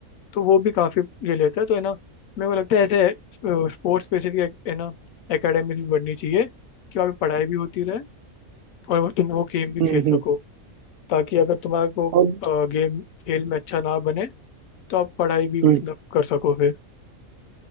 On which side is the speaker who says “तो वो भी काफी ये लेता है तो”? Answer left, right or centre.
Left